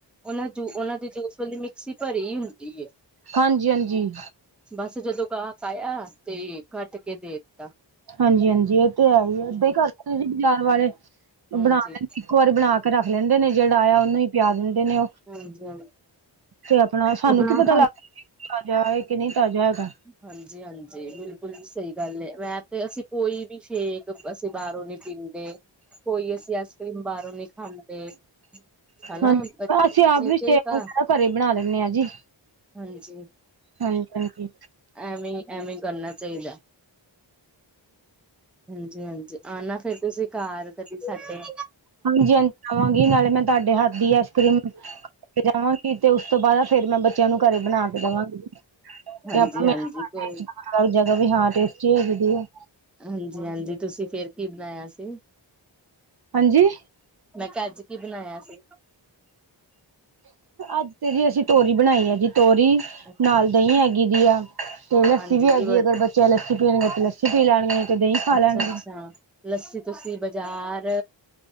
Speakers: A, in the centre; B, on the right.
A: ਓਨਾਂ ਜੂ ਓਨਾਂ ਦੇ ਜੂ ਸੀ ਘਰੇ ਈ ਹੁੰਦੀ ਏ।
B: ਹਾਂਜੀ ਹਾਂਜੀ
A: ਬੱਸ ਜਦੋਂ ਗਾਕ ਆਏਆ, 'ਤੇ ਕੱਟ ਕੇ ਦੇ ਤਾ
B: ਹਾਂਜੀ-ਹਾਂਜੀ ਏ ਤੇ ਹੈ ਈ ਏ ਏਦਾਂ <unintelligible> ਇੱਕ ਵਾਰੀ
A: ਹਾਂਜੀ
B: ਬਣਾ ਕੇ ਰੱਖ ਲੈਂਦੇ ਨੇ ਜੇੜਾ ਆਏਆ ਓਨੂੰ ਈ ਪੇਆ ਦਿੰਦੇ ਨੇ ਓ,
A: ਹਾਂਜੀ ਹਾਂਜੀ
B: ਤੇ ਆਪਣਾ ਸਾਨੂੰ
A: ਆਪਣਾ
B: ਕੀ ਪਤਾ ਲੱਗ ਤਾਜਾ ਆ ਕੇ ਨੀਂ ਤਾਜਾ ਹੈਗਾ
A: ਹਾਂਜੀ-ਹਾਂਜੀ, ਬਿਲਕੁਲ ਸਈ ਗੱਲ ਏ ਮੈਂ ਤੇ ਅਸੀਂ ਕੋਈ ਵੀ ਸ਼ੇਕ ਅਸੀਂ ਬਾਰੋਂ ਨੀ ਪੀਂਦੇ, ਕੋਈ ਅਸੀਂ ਐਸ ਕ੍ਰੀਮ ਬਾਰੋਂ ਨੀਂ ਖਾਂਦੇ ਹਨਾ
B: ਹਾਂਜੀ
A: <unintelligible>
B: ਅਸੀਂ ਆਪ ਵੀ ਸ਼ੇਕ ਵਗੈਰਾ ਘਰੇ ਬਣਾ ਲੈਂਨੇ ਆ ਜੀ
A: ਹਾਂਜੀ
B: ਹਾਂਜੀ ਹਾਂਜੀ
A: ਐਵੇਂ ਐਵੇਂ ਕਰਨਾ ਚਾਹੀਦਾ ਹਾਂਜੀ, ਹਾਂਜੀ ਆਨਾ ਫਿਰ ਤੁਸੀਂ ਘਰ ਕਦੀ ਤੁਸੀ ਸਾਡੇ
B: ਹਾਂਜੀ, ਹਾਂਜੀ ਖਾਵਾਂਗੀ ਨਾਲੇ ਮੈਂ ਤਾਡੇ ਹੱਥ ਦੀ ਆਈਸ ਕਰੀਮ ਤੇ ਜਾਵਾਂਗੀ ਤੇ ਉਸ ਤੋਂ ਬਾਦ ਫੇਰ ਮੈਂ ਬੱਚ ਬੱਚਿਆਂ ਨੂੰ ਘਰੇ ਬਣਾ ਕੇ ਦੇਵਾਂਗੇ
A: ਹਾਂਜੀ-ਹਾਂਜੀ
B: ਤੇ ਆਪਾਂ ਮੇ
A: ਕੋਈ
B: ਕੱਲ ਜਗ੍ਹਾ ਵੀ ਹਾਂ ਟੇਸਟੀ ਹੈਗੀ ਦੀ ਆ
A: ਹਾਂਜੀ, ਹਾਂਜੀ ਤੁਸੀਂ ਫੇਰ ਕੀ ਬਣਾਇਆ ਸੀ
B: ਹਾਂਜੀ
A: ਮੈਂ ਕਿਆ ਅੱਜ ਕੀ ਬਣਾਇਆ ਸੀ
B: ਅੱਜ ਤੇ ਜੀ ਅਸੀਂ ਤੋਰੀ ਬਣਾਈ ਆ ਜੀ ਤੋਰੀ
A: ਅੱਛਾ-ਅੱਛਾ
B: ਨਾਲ ਦਹੀਂ ਹੈਗੀ ਦੀ ਆ ਤੇ ਲੱਸੀ
A: ਹਾਂਜੀ
B: ਵੀ ਹੈਗੀ
A: ਜੀ
B: ਅਗਰ ਬੱਚੇ ਲੱਸੀ ਪੀਣਗੇ ਤੇ ਲੱਸੀ ਪੀ ਲੈਣਗੇ ਤੇ ਦਹੀਂ ਖਾ
A: ਅੱਛਾ-ਅੱਛਾ
B: ਲੈਣਗੇ
A: ਲੱਸੀ ਤੁਸੀਂ ਬਜ਼ਾਰ